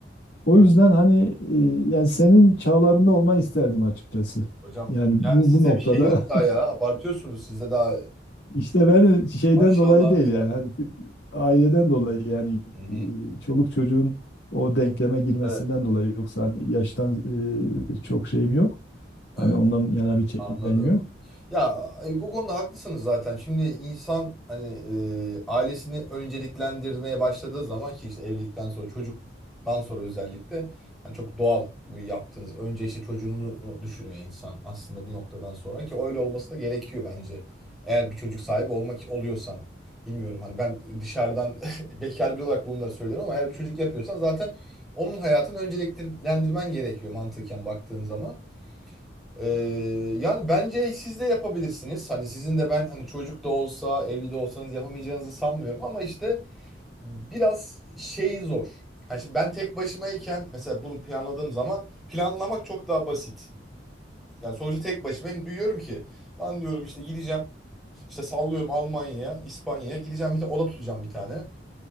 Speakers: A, on the left (about 70°); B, in the centre.
A: O
B: Evet,
A: yüzden hani e, yani senin çağlarında olmayı isterdim açıkçası.
B: hocam
A: Yani
B: yani
A: bu
B: size
A: bu noktada
B: bir şey yok daha ya. Abartıyorsunuz. Sizde daha
A: <laughs> işte ben şeyden
B: maşallahınız
A: dolayı değil yani
B: var.
A: hani şu aileden dolayı yani
B: Hı hı.
A: e, çoluk çocuğun o denkleme girmesinden
B: Evet.
A: dolayı yoksa hani yaştan e, çok şeyim yok. Hani
B: Evet.
A: ondan yana bir çekincem
B: Anladım.
A: yok.
B: Ya e, bu konuda haklısınız zaten. Şimdi insan hani e, ailesini önceliklendirmeye başladığı zaman ki işte evlilikten sonra çocuktan sonra özellikle yani çok doğal bu yaptığınız. Önce işte çocuğunu düşünüyor insan aslında bir noktadan sonra ki öyle olması da gerekiyor bence. Eğer bir çocuk sahibi olmak oluyorsan. Bilmiyorum hani ben dışarıdan <laughs> bekar biri olarak bunları söylüyorum ama eğer bir çocuk yapıyorsan zaten onun hayatını önceliklendirmen gerekiyor mantıken baktığın zaman. Ee, yani bence siz de yapabilirsiniz. Hani sizin de ben hani çocuk da olsa, evli de olsanız yapamayacağınızı sanmıyorum ama işte biraz şey zor. Hani şimdi ben tek başımayken mesela bunu planladığım zaman planlamak çok daha basit. Yani sonuçta tek başımayım. Duyuyorum ki lan diyorum işte gideceğim işte sallıyorum Almanya'ya, İspanya'ya gideceğim bir de oda tutacağım bir tane.